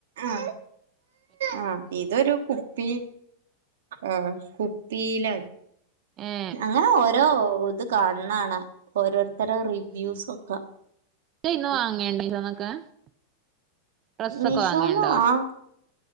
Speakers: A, on the right (about 85°); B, on the right (about 30°).
A: ആ ആ ഇതൊരു കുപ്പി ആ കുപ്പീലാണ്
B: ഏ
A: അങ്ങനെ ഓ രോത് കാണ് ണാണ ഓരോര്ത്തരെ റിവ്യൂസൊക്കെ.
B: ജയ്ന്ന് വാങ്ങേണ്ട മീഷോന്നൊക്കെ ഡ്രസ്സൊക്കെ
A: മീഷോന്ന്
B: വാങ്ങേണ്ടോ.
A: ആഹ്